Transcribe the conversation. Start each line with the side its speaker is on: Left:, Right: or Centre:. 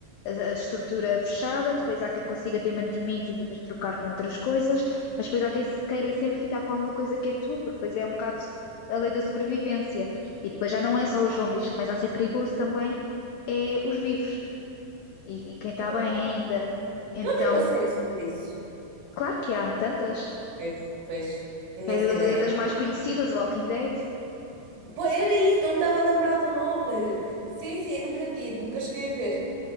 Left: a, a estrutura fechada, depois há quem consiga ter mantimentos e tentas trocar com outras coisas, mas depois há quem se queira sempre ficar com alguma coisa que é tu, porque depois é um bocado a lei da sobrevivência. E depois já não é só os zombies, começa a ser perigoso também, é os vivos e, e quem está
Right: É verdade.
Left: bem ainda. Então,
Right: Não havia uma série sobre isso.
Left: claro que há tantas.
Right: Pois, pois. Tinha
Left: Tens
Right: essa ideia.
Left: uma da- das mais conhecidas, Walking Dead.
Right: Pô, era isso, não estava a lembrar do nome. Sim, sim, eu nunca vi, nunca cheguei a ver.